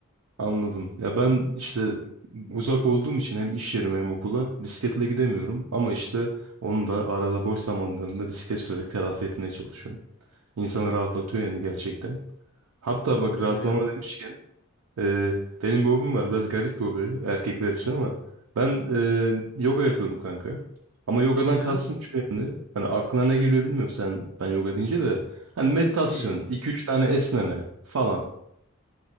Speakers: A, on the right (about 80°); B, on the left (about 65°).
A: Anladım. Ya ben işte uzak olduğum için hem iş yerime hem okula bisikletle gidemiyorum. Ama işte onu da arada boş zamanlarında bisiklet sürerek telafi etmeye çalışıyorum. İnsanı rahatlatıyor yani gerçekten. Hatta
B: Doğrudur
A: bak rahatlama
B: ya.
A: demişken e, benim bir hobim var. Biraz garip bir hobi erkekler için ama ben e, yoga yapıyorum kanka. Ama yogadan
B: Hadi ya.
A: kastım şu yani. Hani aklına ne geliyor bilmiyorum sen ben yoga deyince de. Hani meditasyon,
B: Eee,
A: iki üç tane esneme falan.